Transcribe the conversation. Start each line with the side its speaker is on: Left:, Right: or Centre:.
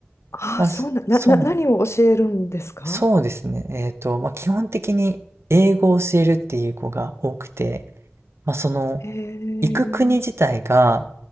Left: ああ、
Right: まあ、
Left: そうな、
Right: そそう
Left: な、な、何を教えるんですか
Right: そうですね。えっと、まあ、基本的に英語を教えるっていう子が多くて、まあ、その、
Left: へえ、
Right: 行く国自体が